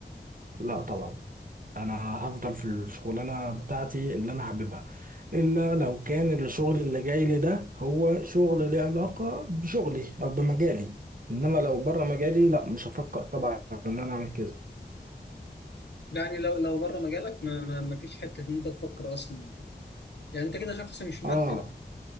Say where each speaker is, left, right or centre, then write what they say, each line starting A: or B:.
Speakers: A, on the right; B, on the left.
A: لا طبعا انا هفضل في الشغلانه بتاعتي اللي انا حاببها الا لو كان الشغل اللي جاي لي ده هو شغل ليه علاقه بشغلي او بمجالي انما لو بره مجالي لا مش هفكر طبعا ان انا اعمل كده
B: يعني لو لو بره مجالك ما ما ما فيش حتة إن أنت تفكر أصلا يعني يعني أنت كده شخص مش مادي
A: اه
B: لا